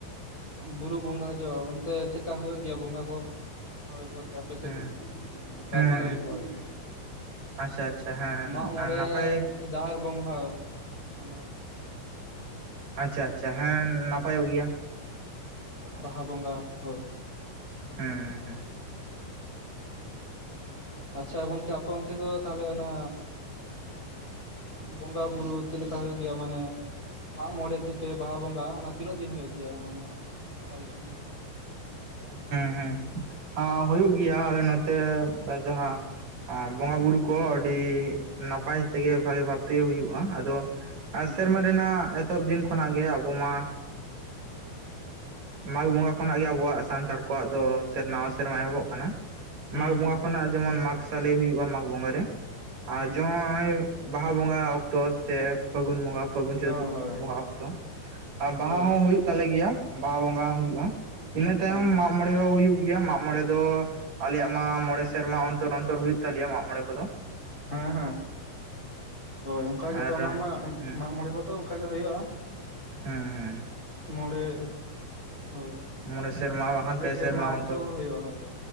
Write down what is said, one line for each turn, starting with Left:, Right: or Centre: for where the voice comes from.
Left: ᱵᱩᱨᱩ ᱵᱚᱸᱜᱟ ᱦᱤᱡᱩᱜ-ᱟ, ᱚᱱᱛᱮ ᱪᱮᱜᱠᱟ ᱦᱩᱭᱩᱜ ᱜᱮᱭᱟ ᱵᱚᱸᱜᱟ ᱠᱚ ᱚᱱᱟ ᱵᱮᱯᱟᱨ ᱚᱱᱛᱮ ᱟᱯᱮ ᱥᱮᱫ
Right: ᱦᱮᱸ
Left: ᱜᱟᱞᱢᱟᱨᱟᱣ
Right: ᱦᱮᱸ
Left: ᱦᱩᱭ ᱠᱚᱜ-ᱟ ᱟᱨᱠᱤ᱾
Right: ᱟᱪᱪᱷᱟ ᱟᱪᱪᱷᱟ ᱦᱮᱸ
Left: ᱢᱟᱜ ᱢᱚᱬᱮ
Right: ᱟᱨ ᱱᱟᱯᱟᱭ
Left: ᱡᱟᱦᱮᱨ ᱵᱚᱸᱜᱟ ᱚᱱᱟ ᱚᱠᱛᱮ
Right: ᱟᱪᱪᱷᱟ ᱟᱪᱪᱷᱟ, ᱦᱮᱸ ᱱᱟᱯᱟᱭᱚᱜ ᱜᱮᱭᱟ᱾
Left: ᱵᱟᱦᱟ ᱵᱚᱸᱜᱟ ᱦᱳ
Right: ᱦᱩᱸ ᱦᱩᱸ᱾
Left: ᱟᱪᱪᱷᱟ ᱜᱚᱝᱠᱮ ᱟᱯᱮ ᱚᱱᱛᱮ ᱫᱚ ᱛᱟᱦᱞᱮ ᱚᱱᱟ ᱵᱚᱸᱜᱟ ᱵᱩᱨᱩ ᱪᱮᱫ ᱞᱮᱠᱟ ᱦᱩᱭᱩᱜ ᱜᱮᱭᱟ ᱢᱟᱱᱮ? ᱢᱟᱜ ᱢᱚᱬᱮ ᱛᱷᱮᱠᱮ ᱵᱟᱦᱟ ᱵᱚᱸᱜᱟ ᱚᱱᱟ ᱛᱤᱱᱟᱹᱜ ᱫᱤᱱ ᱦᱩᱭᱩᱜ ᱜᱮᱭᱟ ᱢᱟᱱᱮ ᱚᱱᱟᱞᱤᱧ ᱠᱷᱩᱞᱤ?
Right: ᱦᱩᱸ, ᱟᱸᱻ ᱦᱩᱭᱩᱜ ᱜᱮᱭᱟ ᱟᱞᱮ ᱱᱚᱛᱮ ᱡᱟᱦᱟᱸ ᱵᱚᱸᱜᱟ ᱵᱩᱨᱩ ᱠᱚ ᱟᱹᱰᱤ ᱱᱟᱯᱟᱭ ᱛᱮᱜᱮ ᱵᱷᱟᱜᱮ ᱵᱷᱟᱵᱽ ᱛᱮᱜᱮ ᱦᱩᱭᱩᱜ-ᱟ ᱟᱫᱚ᱾ ᱟᱨ
Left: ᱦᱩᱸ
Right: ᱥᱮᱨᱢᱟ ᱨᱮᱱᱟᱜ ᱮᱛᱚᱦᱚᱵ ᱫᱤᱱ ᱠᱷᱚᱱᱟᱜ ᱜᱮ ᱟᱵᱚ ᱢᱟ ᱢᱟᱜᱽ ᱵᱚᱸᱜᱟ ᱠᱷᱚᱱᱟᱜ ᱜᱮ ᱟᱵᱚᱣᱟᱜ ᱥᱟᱱᱛᱟᱲ ᱠᱚᱣᱟᱜ ᱫᱚ ᱥᱮᱨ ᱱᱟᱣᱟ ᱥᱮᱨᱢᱟ ᱮᱦᱚᱵᱚᱜ ᱠᱟᱱᱟ᱾
Left: ᱦᱩᱸ
Right: ᱢᱟᱜᱽ ᱵᱚᱸᱜᱟ ᱠᱷᱚᱱᱟᱜ ᱡᱮᱢᱚᱱ ᱢᱟᱜᱽ ᱥᱟᱞᱮ ᱦᱩᱭᱩᱜ-ᱟ ᱢᱟᱜᱽ ᱵᱚᱸᱜᱟᱟᱨᱮ᱾
Left: ᱦᱩᱸ
Right: ᱟᱨ ᱡᱮᱻ ᱦᱚᱸᱜ-ᱚᱭ ᱵᱟᱦᱟ ᱵᱚᱸᱜᱟ ᱚᱠᱛᱚ ᱥᱮ ᱯᱷᱟᱹᱜᱩᱱ ᱵᱚᱸᱜᱟ, ᱯᱷᱟᱹᱜᱩᱱ ᱪᱟᱹᱛ
Left: ᱦᱳᱭ ᱦᱳᱭ
Right: ᱵᱚᱸᱜᱟ ᱚᱠᱛᱚ᱾ ᱟᱨ ᱵᱟᱦᱟ
Left: ᱦᱳᱭ
Right: ᱦᱚᱸ ᱦᱩᱭᱩᱜ ᱛᱟᱞᱮ ᱜᱮᱭᱟ ᱵᱟᱦᱟ ᱵᱚᱸᱜᱟ ᱦᱩᱭᱩᱜ-ᱟ, ᱤᱱᱟᱹ ᱛᱟᱭᱚᱢ
Left: ᱟᱪᱪᱷᱟ
Right: ᱢᱟᱜ ᱢᱚᱬᱮ ᱦᱩᱭᱩᱜ ᱜᱮᱭᱟ, ᱢᱟᱜ ᱢᱚᱬᱮ ᱫᱚ ᱟᱞᱮᱭᱟᱜ ᱢᱟ ᱢᱚᱬᱮ ᱥᱮᱨᱢᱟ ᱚᱱᱛᱚᱨ ᱚᱱᱛᱚᱨ ᱦᱩᱭᱩᱜ ᱛᱟᱞᱮᱭᱟ ᱢᱟᱜ ᱢᱚᱬᱮ ᱠᱚᱫᱚ᱾
Left: ᱦᱮᱸ ᱦᱮᱸ᱾ ᱦᱳᱭ, ᱚᱱᱠᱟ ᱜᱮᱛᱚ
Right: ᱟᱨ
Left: ᱚᱱᱟ ᱢᱟ
Right: ᱦᱮᱸ
Left: ᱢᱟᱜᱽᱢᱚᱬᱮ ᱠᱚᱫᱚ ᱚᱱᱠᱟ ᱜᱮ ᱦᱳᱭᱳᱜ-ᱟ᱾
Right: ᱦᱮᱸ ᱦᱮᱸ
Left: ᱢᱚᱬᱮ, ᱦᱳᱭ᱾
Right: ᱢᱚᱬᱮ ᱥᱮᱨᱢᱟ᱾ ᱵᱟᱠᱷᱟᱱ
Left: ᱢᱚᱬᱮ
Right: ᱯᱮ
Left: ᱥᱮᱨᱢᱟ
Right: ᱚᱱᱛᱚᱨ
Left: ᱚᱠᱛᱚ ᱦᱳᱭᱳᱜ-ᱟ, ᱦᱳᱭ